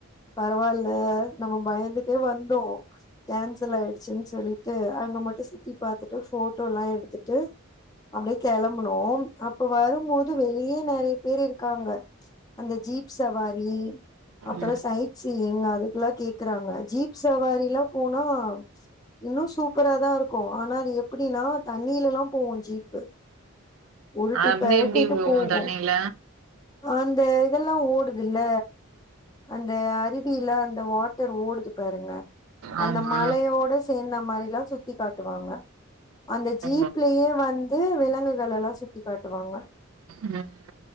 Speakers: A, on the left; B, on the right.
A: பரவால நம்ப பயந்துட்டே வந்தோ கேன்சல் ஆயிடுச்சுன்னு சொல்லிட்டு அங்க மட்டு சுத்தி பாத்துட்டு ஃபோட்டோலா எடுத்துட் டு அப்டியே கெளம்புனோ அப்ப வரும்போது வெளியே நெறைய பேர் இருக்காங்க அந்த ஜீப் சவாரி அப்றோ
B: ம்
A: சைட் சீயிங் அதுக்குல்லா கேக்குறாங்க ஜீப் சவாரிலா போனா இன்னு சூப்பரா தா இருக்கு ஆனா அது எப்டின்னா தண் நீல்லலா போவோ ஜீப்பு உருட்டி
B: அப்டி
A: பெரட்டிட்டு
B: எப்டி போவோ
A: போகு
B: தண்ணில
A: அந்த இதெல்லா ஓடுதுல அந்த அறிப் கீல அந்த வாட்டர் ஓடுது பருங்க
B: ஆமா
A: அந்த மலையோட சேந்தா மாரிலா சுத்தி காட்டுவாங்க அந்த ஜீப்லயே
B: ஓ
A: வந்து விலங்குகளல்லா சுத்தி காட்டுவாங்க
B: ம்